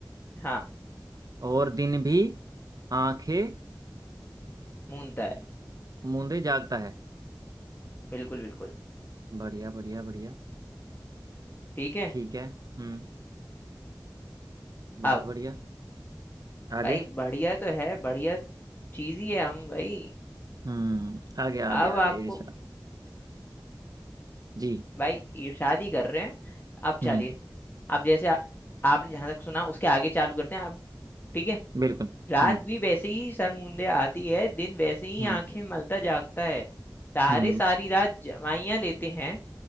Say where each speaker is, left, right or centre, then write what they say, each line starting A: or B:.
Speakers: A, on the left; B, on the right.
A: हाँ
B: और दिन भी आंखें
A: मूंदता है
B: मूंदे जागता है
A: बिल्कुल बिल्कुल
B: बढ़िया बढ़िया बढ़िया
A: ठीक है
B: ठीक है हम्म बहुत
A: अब
B: बढ़िया आगे
A: भाई बढ़िया तो है बढ़िया चीज ही है हम भाई
B: हम्म आगे
A: अब
B: आगे आगे
A: आपको
B: इरशाद जी
A: भाई ये शादी कर रहे हैं अब
B: हम्म
A: चलिए अब जैसे आ, आपने जहां तक सुना उसके आगे चालू करते हैं आप ठीक है
B: बिल्कुल
A: रात
B: हम्म
A: भी वैसे ही सरमुंदे आती है दिन वैसे ही
B: हम्म
A: आंखें मलता जागता है तारे
B: हम्म
A: सारी रात जमाइयां लेते हैं